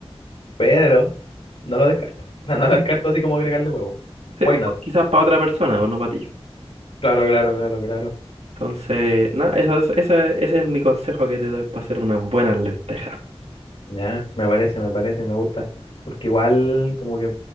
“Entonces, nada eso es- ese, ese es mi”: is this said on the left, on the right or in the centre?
Right